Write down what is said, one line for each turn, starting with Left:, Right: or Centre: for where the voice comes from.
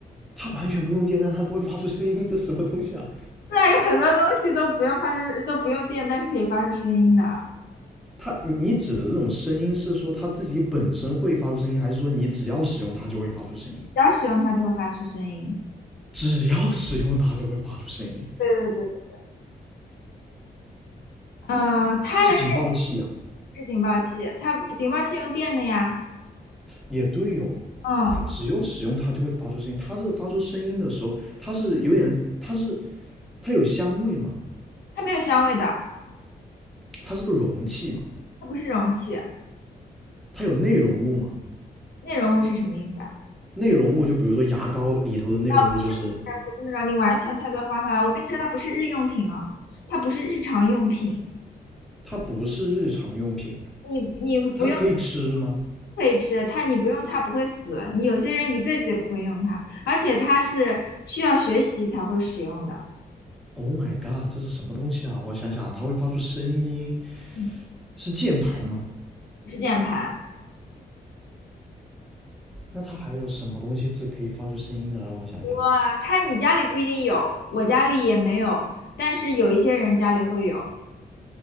Centre: 它完全不用电，但它会发出声音，这什么东西啊？
Left: 对啊，有很多东西都不用发出，都不用电，但是可以发出声音的，
Centre: 它你你指的这种声音是说它自己本身会发出声音，还是说你只要使用它就会发出声音？
Left: 只要使用它就会发出声音。
Centre: 只要使用它就会发出声音，
Left: 对对对对，嗯、它的声音
Centre: 是警报器啊？
Left: 是警报器，它警报器用电的呀，
Centre: 也对哦，
Left: 嗯，
Centre: 它只用使用它就会发出声音。它这个发出声音的时候，它是有点，它是它有香味嘛，
Left: 它没有香味的，
Centre: 它是个容器嘛，
Left: 它不是容器。
Centre: 它有内容物嘛，
Left: 内容物是什么意思啊？
Centre: 内容物，就比如说牙膏里头的内容物，
Left: 啊，不是不是不是那种，
Centre: 就是
Left: 你完全猜错方向了。我跟你说，它不是日用品啊，它不是日常用品。
Centre: 它不是日常用品，
Left: 你你不用
Centre: 它可以吃吗
Left: 可以吃它，你不用它不会死。你有些人一辈子也不会用它，而且它是需要学习才会使用的，
Centre: ？Oh my god，这是什么东西啊？我想想啊，它会发出声音，
Left: 嗯
Centre: 是键盘吗？
Left: 不是键盘。
Centre: 那它还有什么东西是可以发出声音的？让我想想，
Left: 哇，它你家里不一定有，我家里也没有，但是有一些人家里会有，